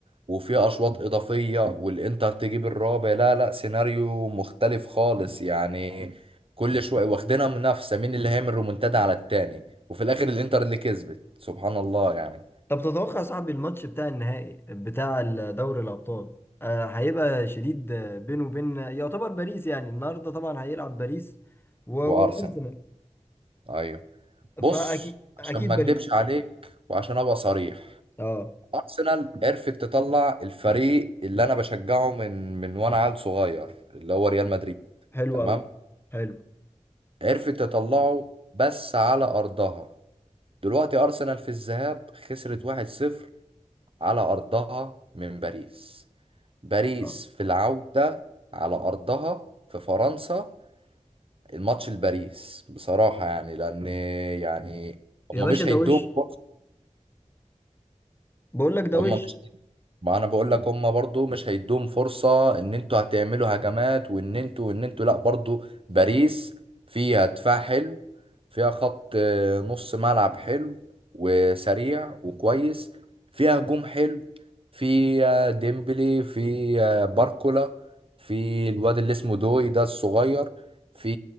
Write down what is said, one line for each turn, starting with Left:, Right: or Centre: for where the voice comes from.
Right: وفي اشواط اضافيه والانتر تجيب الرابع لا لا سيناريو مختلف خالص يعني كل شويه واخدينها منافسه مين اللي هيعمل رومونتادا على التاني وفي الاخر الانتر اللي كسبت سبحان الله يعني
Left: طب تتوقع يا صاحبي الماتش بتاع النهائي بتاع دوري الأبطال آه، هيبقى شديد آه، بينه وبين يعتبر باريس يعني النهارده طبعا هيلعب باريس و-
Right: وارسنال
Left: والأرسنال
Right: ايوه بص
Left: فأكيد
Right: عشان
Left: أكيد
Right: ما اكدبش
Left: باريس
Right: عليك وعشان ابقى صريح
Left: اه
Right: ارسنال عرفت تطلع الفريق اللي انا بشجعه من من وانا عيل صغير اللي هو ريال مدريد
Left: حلو
Right: تمام
Left: أوي حلو
Right: عرفت تطلعه بس على ارضها دلوقتي ارسنال في الذهاب خسرت 1-0 على ارضها من باريس باريس
Left: اه
Right: في العودة على ارضها في فرنسا الماتش لباريس بصراحة يعني لان يعني
Left: يا
Right: هما
Left: باشا
Right: مش
Left: ده
Right: هيدوهم
Left: وش
Right: فرصة
Left: بقول لك ده
Right: هما
Left: وش
Right: مش ما انا بقول لك هما برضو مش هيدوهم فرصة ان انتوا هتعملوا هجمات وان انتوا وان انتوا لا برضو باريس فيها دفاع حلو فيها خط آه، نص ملعب حلو وسريع وكويس فيها هجوم حلو في آه، ديمبلي في آه، باركولا في الواد اللي اسمه دوي ده الصغير في